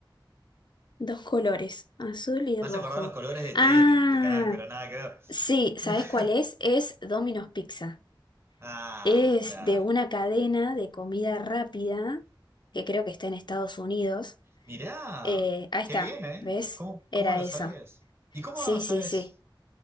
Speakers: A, on the left; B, on the right.
A: Dos colores, azul y
B: Me
A: rojo.
B: hace acordar los colores de
A: Ah,
B: T N el canal, pero nada que ver.
A: sí, ¿sabes
B: <laughs>
A: cuál es? Es Domino's Pizza.
B: Ah,
A: Es
B: ya.
A: de una cadena de comida rápida que creo que está en Estados Unidos.
B: Mirá,
A: Eh, ahí
B: qué
A: está,
B: bien, ¿eh?
A: ¿ves?
B: ¿Cómo,
A: Era
B: cómo lo
A: eso.
B: sabías? ¿Y cómo
A: Sí,
B: lo sabes?
A: sí, sí.